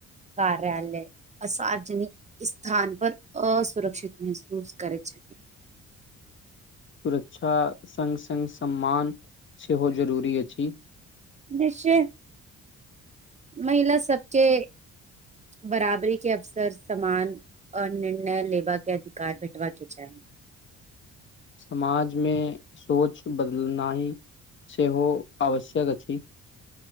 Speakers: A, on the right (about 25°); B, on the left (about 40°).
A: कार्यालय आ सार्वजनिक स्थान पर असुरक्षित महसूस करैत छथि। <unintelligible>
B: <inaudible> सुरक्षा संग-संग सम्मान सेहो जरूरी अछि।
A: निश्चय महिला सबके बराबरी के अवसर समान और निर्णय लेबा के अधिकार भेटबा के चाही।
B: समाज मे सोच बदलनाही सेहो आवश्यक अछि।